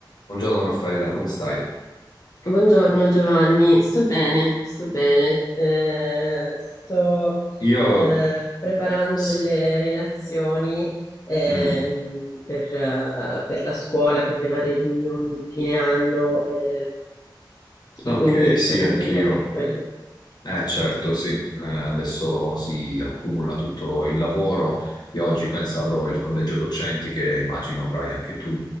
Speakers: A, on the left; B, on the left.
A: Buongiorno Raffaella, come stai?
B: Buongiorno Giovanni, sto bene, sto bene. Eh, sto
A: Io...
B: eh, preparando
A: s-
B: delle relazioni ehm,
A: mm,
B: per, eh, per la scuola, per le varie riunioni di fine anno ehm,
A: ok,
B: e quindi
A: sì,
B: sono
A: anch'io.
B: impegnata in quello.
A: Eh certo, sì, Eh, adesso si accumula tutto il lavoro e oggi penso avrò il collegio docenti che immagino avrai anche tu